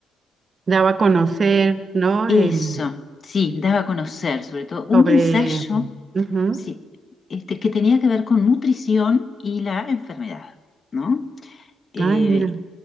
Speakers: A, on the right; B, on the left.
A: Daba a conocer, ¿no?
B: eso,
A: Em,
B: sí, daba a conocer sobre todo un
A: sobre...
B: ensayo
A: ujú.
B: sí, este, que tenía que ver con nutrición y la enfermedad, ¿no? Eh,
A: Ay, mira.